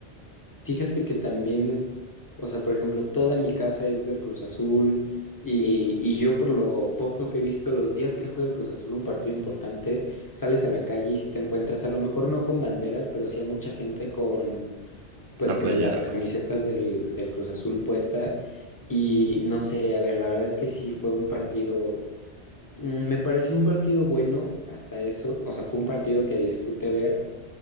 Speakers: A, on the left; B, on the right.
A: Fíjate que también, o sea, por ejemplo, toda mi casa es del Cruz Azul y, y yo por lo poco que he visto, los días que juega el Cruz Azul un partido importante, sales a la calle y si te encuentras, a lo mejor no con banderas, pero sí a mucha gente con, pues
B: La
A: con
B: playera,
A: las camisetas
B: pues.
A: del, del Cruz Azul puesta y no sé, a ver, la verdad es que sí fue un partido, mm, me pareció un partido bueno hasta eso, o sea, fue un partido que disfruté ver,